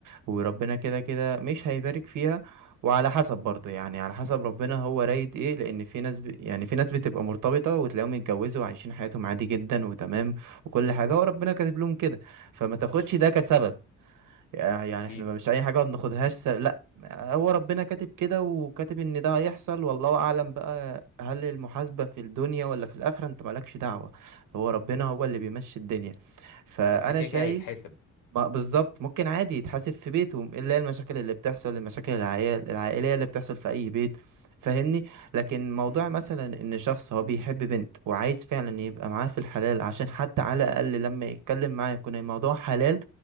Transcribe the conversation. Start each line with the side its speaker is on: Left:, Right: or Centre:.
Right: وربنا كده كده مش هيبارك فيها وعلى حسب برضه يعني على حسب ربنا هو رايد ايه لان في ناس ب... يعني في ناس بتبقى مرتبطه وتلاقيهم يتجوزوا وعايشين حياتهم عادي جدا وتمام وكل حاجه وربنا كاتب لهم كده فما تاخدش ده كسبب يعني
Left: أكيد
Right: احنا مش اي حاجه ما بناخدهاش س... لا هو ربنا كاتب كده وكاتب ان ده هيحصل والله اعلم بقى هل المحاسبه في الدنيا ولا في الاخره انت مالكش دعوه هو ربنا هو اللي بيمشي الدنيا فانا
Left: بس كده
Right: شايف
Left: كده هيتحاسب
Right: ما بالظبط ممكن عادي يتحاسب في بيته الا هي المشاكل اللي بتحصل المشاكل العيال العائليه اللي بتحصل في اي بيت فاهمني لكن موضوع
Left: مم.
Right: مثلا ان شخص هو بيحب بنت وعايز فعلا يبقى معاها في الحلال عشان حتى على الاقل لما يتكلم معاه يكون الموضوع حلال